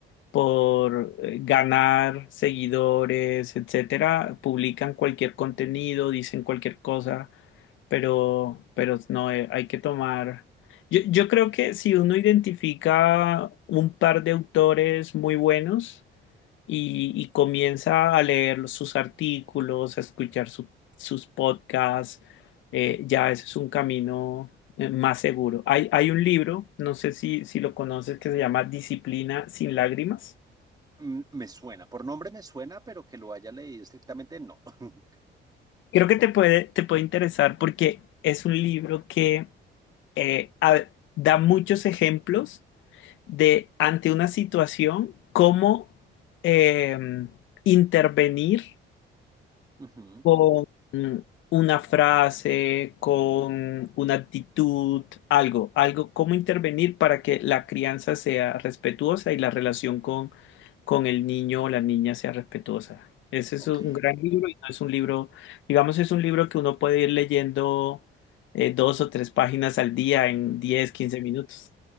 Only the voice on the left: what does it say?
por eh, ganar seguidores, etcétera, publican cualquier contenido, dicen cualquier cosa, pero, pero no, eh, hay que tomar. Yo, yo creo que si uno identifica un par de autores muy buenos y, y comienza a leer sus artículos, a escuchar su- sus podcasts, eh, ya ese es un camino eh, más seguro. Hay, hay un libro, no sé si, si lo conoces, que se llama Disciplina sin lágrimas.
Creo que te puede, te puede interesar porque es un libro que eh, a- da muchos ejemplos de ante una situación cómo eh, intervenir
con una frase, con una actitud, algo, algo, cómo intervenir para que la crianza sea respetuosa y la relación con, con el niño o la niña sea respetuosa. Ese es
un gran libro y no es un libro, digamos, es un libro que uno puede ir leyendo eh, dos o tres páginas al día en 10, 15 minutos.